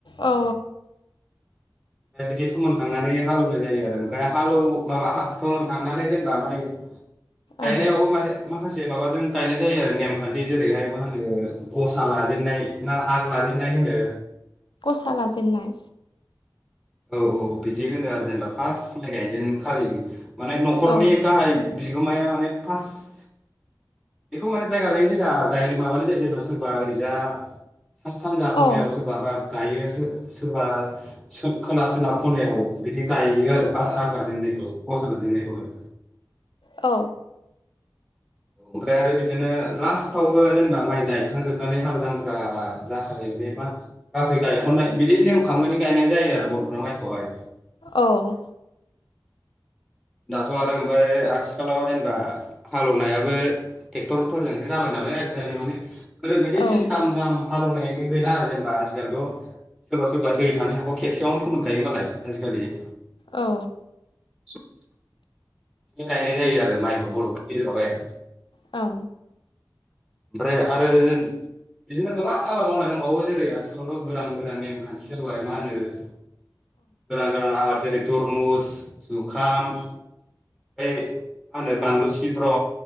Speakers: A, on the left (about 80°); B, in the centre.
A: औ
B: बिदि फोमोनखांनानै हालौनाय जायो आरो ओमफ्राय हालौ माबा फोमोनखांनानै जेनबाहाय। गायनायावबो
A: आं
B: माने माखासे माबाजों गायनाय जायो आरो नेमखान्थि जेरैहाय मा होनो। गसा लाजेननाय ना आग लाजेन नाय होनो
A: सा लाजेननाय।
B: औ औ बिदि होनो आरो जेनेबा फार्स्ट गायजेन खालि माने न'खरनि
A: औ
B: गाहाय बि जुमाया अनेक फास्ट बेखौ माने जायगा लायै जायगा गाय माबानाय जायो जायफोरा सोरबा ओरैजा सा सानजा ख'नायाव
A: औ
B: सोरबाबा गायोसो सोरबा सोग खोला सोनाब ख'नायाव बिदि गायो आरो फास्ट हा राजेननायनि गसा बादिनो एखौनो
A: औ
B: ओमफ्राय आरो बिदिनो लास्टावबो जेनेबा माइ गायखां जोब हाल जांख्रा जाखायो बे मा बाख्रि गायखनाय बिदि <unintelligible> गायनाय जायो आरो बर'फ्रा माइखौहाय
A: औ
B: दाथ' आरो ओमफ्राय आथिखालाव जेनेबा हालेवनायाबो ट्रेक्टरफोरजोंसो जाबाय नालाय आइजिलि माने <unintelligible> बायदि
A: औ
B: फिन <unintelligible> हालेवनाय गैला आरो जेनेबा आजिखालिथ' सोरबा सोरबा दै थानो हाखौ खेबसेयावनो फोमोनखायो मालाय आजिखालि
A: औ
B: स <inaudible> गायनो गाय जादों माइखौ बर' <inaudible>
A: औ
B: ओमफ्राय आरो बिदिनो गोबां आबाद मावनाय दंबावो। जेरै आथिखालावथ' गोदान गोदान नेमखान्थि जाबाय मा होनो गोदान गोदान आबाद जेरै थरमुस जुखाम ओमफ्राय मा होनो बानलु सिब्र'